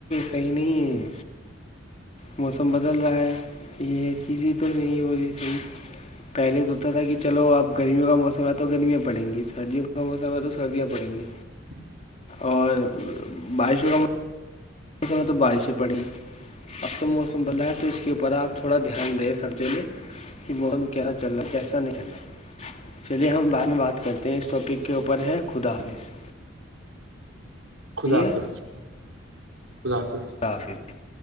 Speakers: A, on the left; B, on the right.
A: کہ نہیں موسم بدل رہا ہے یہ چیزیں تو نہیں ہو رہی تھی پہلے تو ہوتا تھا کہ چلو آپ گرمیوں کا موسم ہے تو گرمیاں پڑیں گی سردیوں کا موسم ہے تو سردیاں پڑیں گی
B: <unintelligible>
A: اور بارشوں کا تو بارشیں پڑیں اب تو موسم بدلا ہے تو اس کے اوپر آپ تھوڑا دھیان دیں سبزی لے کہ موسم کیسا چل رہا ہے کیسا نہیں چل رہا چلیئے ہم بعد میں بات کرتے ہیں اس ٹاپک کے اوپر ہے خدافظ
B: خدا حافظ
A: ہے
B: خدا حافظ
A: افظ